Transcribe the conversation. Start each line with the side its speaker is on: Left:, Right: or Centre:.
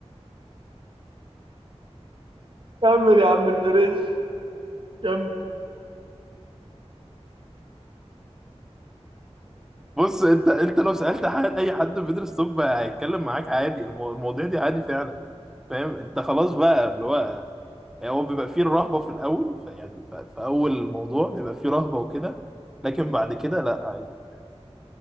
Right: كمل يا عم الفريش كمل
Centre: بص انت انت لو سالت حد اي حد بيدرس طب هيتكلم معاك عادي المو- المواضيع دي عادي فعلا فاهم انت خلاص بقى اللي هو يعني هو بيبقى فيه الرهبه في الاول فيعني ف- في اول موضوع بيبقى فيه رهبه وكده لكن
Right: مم.
Centre: بعد كده لا عادي